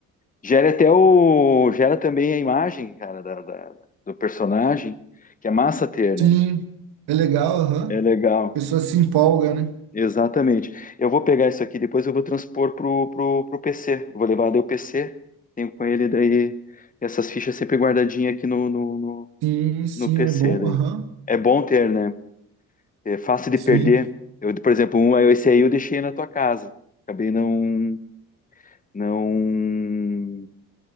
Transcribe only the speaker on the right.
Sim,
é legal, aham.
A pessoa se empolga, né?
Sim, sim,
é bom,
aham.
Sim.